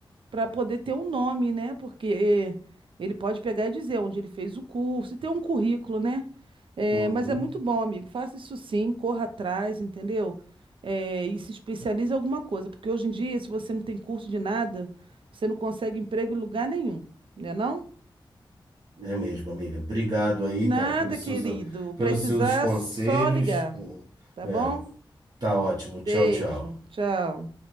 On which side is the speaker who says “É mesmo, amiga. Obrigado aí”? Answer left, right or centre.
Right